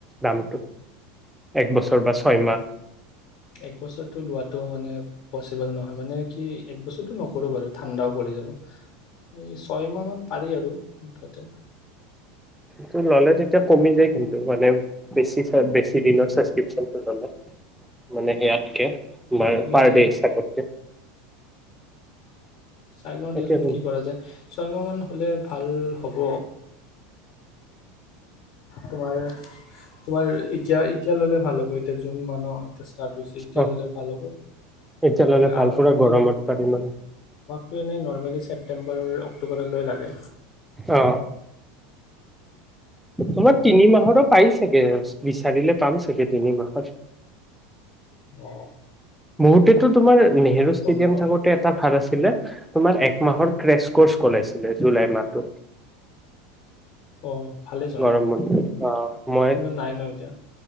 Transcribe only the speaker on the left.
এক বছৰটো লোৱাটো মানে পচিবল নহয় মানে কি এক বছৰটো নকৰো বাৰু। ঠাণ্ডাও পৰি যাব এই ছয় মাহ মান পাৰি আৰু মুঠতে
কমি
যায়
চাই লওঁ
দিয়াচোন
কি কৰা যায় ছয়মাহমান হ'লে ভাল হ'ব তোমাৰ তোমাৰ এতিয়া এতিয়া ললে ভাল হ'ব এতিয়া যোন মানুহ ষ্টাৰ্ট হৈছে এতিয়া
ল'লে ভাল হ'ব
তোমাৰ
আমাকতো
ত এনেই নৰ্মেল হিচাপ ছেটেম্বৰৰ অক্টোবৰলৈ লাগে
অ
নাপাওঁ
দেই
অঁ ভালেচোন
কিন্তু নাই ন এতিয়া